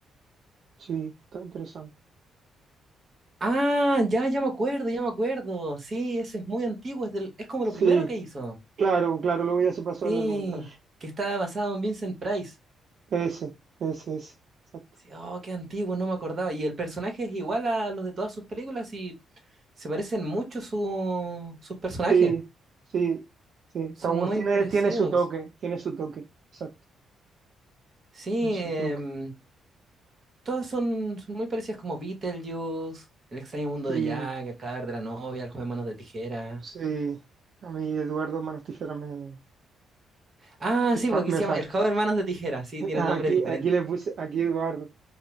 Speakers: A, on the right; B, on the right.
A: Sí, está interesante.
B: Ah, ya, ya me acuerdo, ya me acuerdo. Sí, ese es muy antiguo, es, del- es como
A: Sí,
B: lo primero que hizo.
A: claro, claro, luego ya se pasó
B: Sí,
A: al largometraje.
B: que estaba basado en Vincent Price.
A: Ese, ese, ese. Exacto.
B: Sí, oh, qué antiguo, no me acordaba. Y el personaje es igual a los de todas sus películas y se parecen mucho su- sus personajes.
A: Sí, sí, sí. Está
B: Son
A: guay.
B: muy
A: Tiene,
B: parecidos.
A: tiene su toque, tiene su toque. Exacto,
B: Sí,
A: tiene su
B: em,
A: toque.
B: todas son, son muy parecidas como Beetlejuice, El extraño mundo
A: Sí,
B: de Jack, El cadáver de la novia, El joven manos de tijera.
A: sí. A mí Eduardo Manos Tijeras me,
B: Ah,
A: Me
B: sí,
A: fa-
B: porque aquí se
A: me
B: llama
A: fas-
B: El joven manos de tijera. Sí,
A: <laughs>
B: tiene
A: Aquí,
B: nombre diferente.
A: aquí le puse, aquí Eduardo.